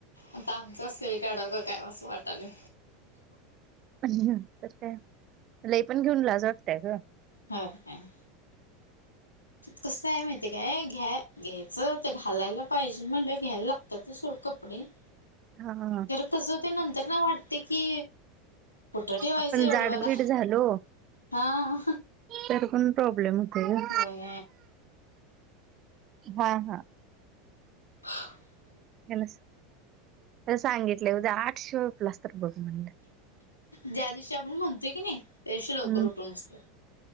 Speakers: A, on the left; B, on the right.
A: आता आमचंच सेल काढ ग काय असं वाटालय.
B: प तर काय लई पण घेऊन लाज वाटतय ग.
A: होय काय. कसं आहे माहितीय काय घ्याय घ्यायचं ते घालायला पाहिजे म्हणलं घ्यायला लागतात तस ओ कपडे. <inaudible>
B: हा हा.
A: तसं ते नंतर ना वाटते की कुठं ठेवायचं
B: आपण
A: एवढं
B: जाडबीड
A: मला
B: झालो
A: हा.
B: तर पण प्रॉब्लेमेच होते
A: होय.
B: ग हा हा.
A: हा <inaudible>
B: त्या ला त्याला सांगितले उद्या आठ शिवाय उठलास तर बघ म्हणल.
A: ज्या दिवशी आपण म्हणतोय की नाही त्या दिवशी लवकर
B: हम्म
A: उठून बसतात.